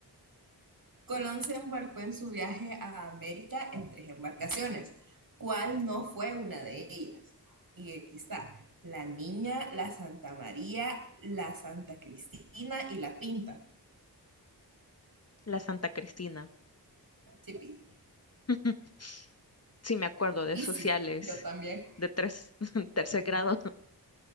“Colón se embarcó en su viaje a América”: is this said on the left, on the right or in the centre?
Right